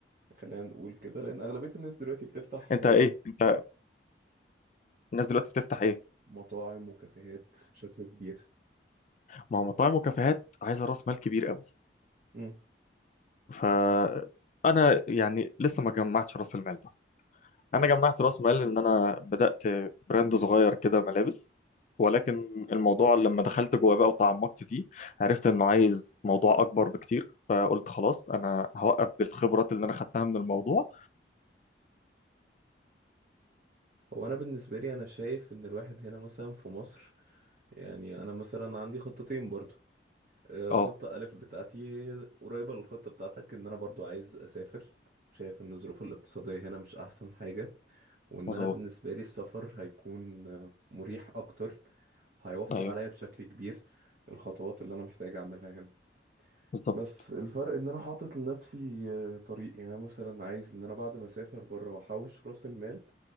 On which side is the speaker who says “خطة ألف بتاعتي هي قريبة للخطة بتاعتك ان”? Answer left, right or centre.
Right